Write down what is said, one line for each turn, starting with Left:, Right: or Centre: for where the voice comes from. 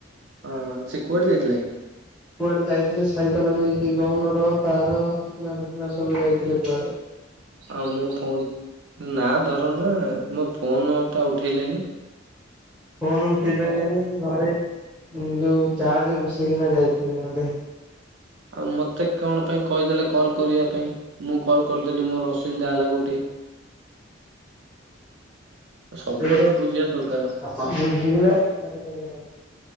Right: ହଁ ସେ କୁଆଡ଼େ ଯାଇଥିଲା କି?
Centre: କୁଆଡେ଼ ଯାଇଥିଲେ ସାଇକେଲ ନେଇକି ଗଉନର ତାର ଶକୁନା ଫୁକୁନା ସବୁ ଯାଇଥିଲେ କୁଆଡେ଼।
Right: ଆଉ ମୋ ଫୋନ ନା ଧର ନା ମୋ ଫୋନ ଟା ଉଠେଇ
Centre: ଫୋନ ଉଠେଇ ପାରିଲାନୀ ଘରେ ଯୋଉ ଚାର୍ଜ ବସେଇକିନା ଯାଇଥିଲି ବୋଧେ।
Right: ଆଉ ମତେ କଣ ପାଇଁ କହିଦେଲେ କଲ କରିବା ପାଇଁ? ମୁଁ କଲ୍ କରିଦେଲିି ମୋର ଅସୁବିଧା ହେଲା ଗୋଟେ। ସବୁଆଡ଼େ
Centre: ସେ
Right: ବୁଝିବା ଦରକାର।
Centre: <unintelligible>